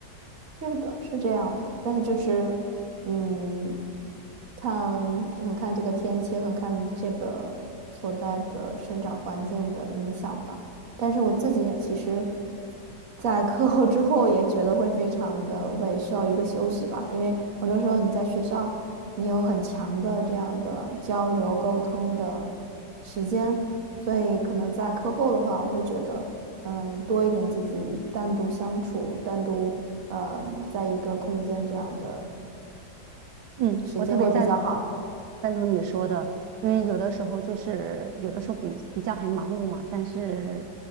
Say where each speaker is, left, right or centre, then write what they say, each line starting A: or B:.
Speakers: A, on the right (about 55°); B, on the right (about 80°).
A: 是的，是这样的，但就是，嗯，看很看这个天气，很看这个所在的生长环境的影响吧。但是我自己其实，在课后之后也觉得会非常的累，需要一个休息吧。因为很多时候你在学校，你有很强的这样的交流沟通的时间，所以可能在课后的话，我会觉得。嗯，多一点自己单独相处、单独嗯，在一个空间这样的
B: 嗯，
A: 时间会比较好。
B: 我特别赞同赞同你说的，因为有的时候就是有的时候比比较很忙碌嘛，但是